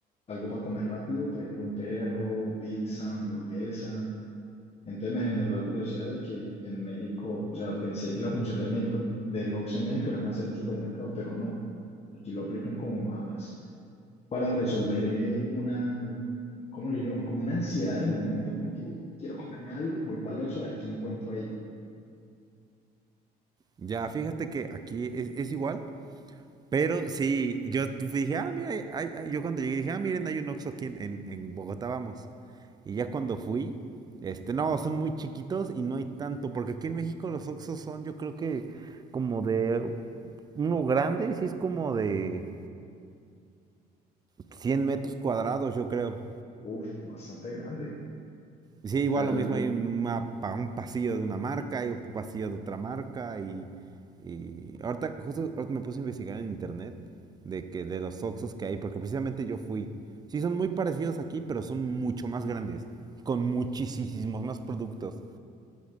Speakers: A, on the left (about 40°); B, on the right (about 25°).
A: algo para comer rápido, por ejemplo, un perro, pizza, hamburguesa. Entonces me generó la curiosidad de que en México, o sea, pensé que la función del México, del Oxxo en México era más ser un supermercado, pero no. Aquí lo aplican como más para resolver eh, una, ¿cómo le diría uno? Como una ansiedad del momento, como que, uy, quiero comerme algo, voy para el Oxxo a ver qué encuentro ahí.
B: Ya, fíjate que aquí es, es igual, Pero sí, yo dije, ah, mira, hay- hay- yo cuando llegué dije, ah, miren, hay un Oxxo aquí en, en- en Bogotá, vamos. Y ya cuando fui, este, no, son muy chiquitos y no hay tanto, porque aquí en México los Oxxos son, yo creo que como de uno grande, sí es como de 100 metros cuadrados, yo creo.
A: Uf, bastante grande.
B: Sí,
A: O
B: igual
A: sea,
B: lo
A: yo,
B: mismo hay una pa- un pasillo de una marca y otro pasillo de otra marca y, y ahorita justo ahorita me puse a investigar en internet de que de los Oxxos que hay, porque precisamente yo fui. Sí, son muy parecidos aquí, pero son mucho más grandes, con muchísimos más productos.